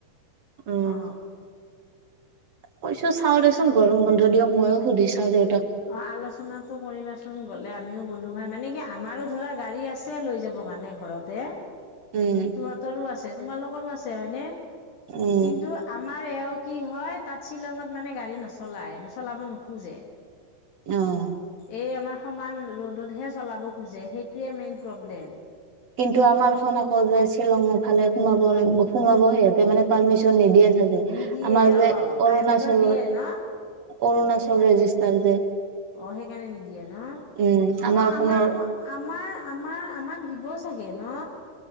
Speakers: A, on the right; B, on the left.
A: উম',
B: অ
A: কৈছো চাওঁ দেচোন গৰম বন্ধ দিয়ক ময়ো সুধি চাওঁ দে।
B: অ', আলোচনাত কৰিবা চোন গ'লে আমিও গ'লো হয়, মানে কি আমাৰো ধৰা গাড়ী আছে, লৈ যাব। কাৰণে ঘৰতে।
A: উম
B: নিতুহঁতৰো আছে। তোমালোকৰো আছে হয়নে।
A: উম
B: কিন্তু, আমাৰ এওঁ কি হয়। তাত শ্বিলঙত মানে গাড়ী নচলাই চলাব নোখোজে।
A: অ',
B: এই আমাৰ সমান ৰ'দতহে চলাব খোজে সেইটোৱে মেইন প্ৰব্লেম
A: কিন্তু, আমাৰ খন আকৌ যে শ্বিলঙৰ ফালে সোমাব সোমাব সিহঁতে মানে পাৰ্মিশন নিদিয়ে।
B: নিদিয়ে
A: আমাৰ যে
B: অ' প্ৰাইভেটৰ
A: অৰুণাচলৰ
B: দিয়ে ন?
A: অৰুণাচল ৰেজিষ্টাৰ যে,
B: অ', সেইকাৰণে নিদিয়ে ন অ,
A: উম আমাৰ
B: আমাকো
A: খনৰ
B: আমাৰ আমাৰ আমাক দিব চাগে ন